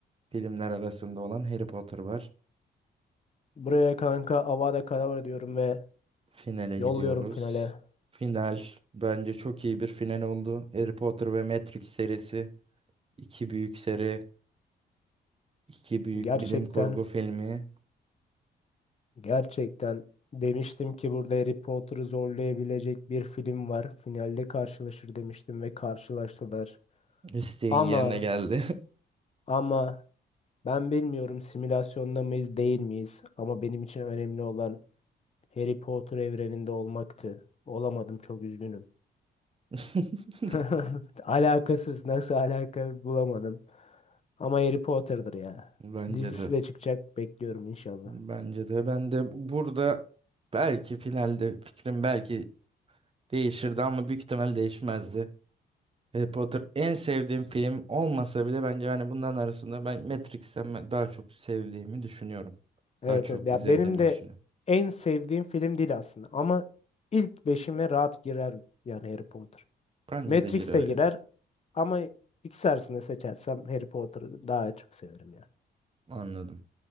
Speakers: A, on the right (about 30°); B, on the left (about 35°).
A: Filmler arasında olan Harry Potter var.
B: Buraya kanka Avada Kedavra diyorum ve
A: Finale
B: yolluyorum
A: gidiyoruz.
B: finale.
A: Final bence çok iyi bir final oldu. Harry Potter ve Matrix serisi iki büyük seri, iki büyük
B: Gerçekten
A: bilim kurgu filmi
B: Gerçekten demiştim ki burada Harry Potter'ı zorlayabilecek bir film var. Finalde karşılaşır demiştim ve karşılaştılar.
A: isteğin
B: Ama
A: yerine geldi.
B: ama ben bilmiyorum simülasyonda mıyız değil miyiz ama benim için önemli olan Harry Potter evreninde olmaktı. Olamadım çok üzgünüm.
A: <laughs>
B: <laughs> Alakasız nasıl alaka bulamadım. Ama Harry Potter'dır ya.
A: Bence
B: Dizisi
A: de.
B: de çıkacak bekliyorum inşallah.
A: Bence de. Ben de burada belki finalde fikrim belki değişirdi ama büyük ihtimal değişmezdi. Harry Potter en sevdiğim film olmasa bile bence hani bunların arasında ben Matrix'ten ben daha çok sevdiğimi düşünüyorum.
B: Evet,
A: Daha çok
B: evet. Ya
A: izlediğimi
B: benim de
A: düşünüyorum.
B: en sevdiğim film değil aslında ama ilk beşime rahat girer yani Harry Potter.
A: Bence
B: Matrix
A: de girer
B: de girer
A: yani.
B: ama ikisi arasında seçersem Harry Potter'ı daha çok severim ya.
A: Anladım.